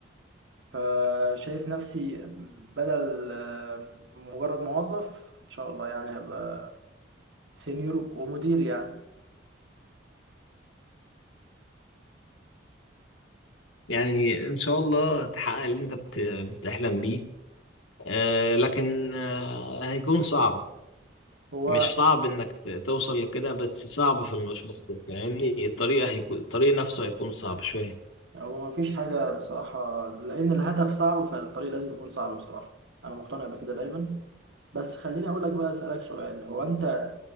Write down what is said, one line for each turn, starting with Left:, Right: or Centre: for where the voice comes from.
Right: فشايف نفسي بدل آه، مجرد موظف ان شاء الله يعني هبقى سينيور ومدير يعني
Left: يعني ان شاء الله تحقق اللي انت بت- بتحلم بيه آه لكن آه هيكون صعب
Right: هو
Left: مش صعب انك ت- توصل لكده بس صعب في المشوار فاهمني الطريقة هيكون الطريق نفسه هيكون صعب شوية
Right: هو مفيش حاجة بصراحة لأن الهدف صعب فالطريق لازم يكون صعب بصراحة أنا مقتنع بكده دايما بس خليني أقول لك بقى أسألك سؤال هو أنت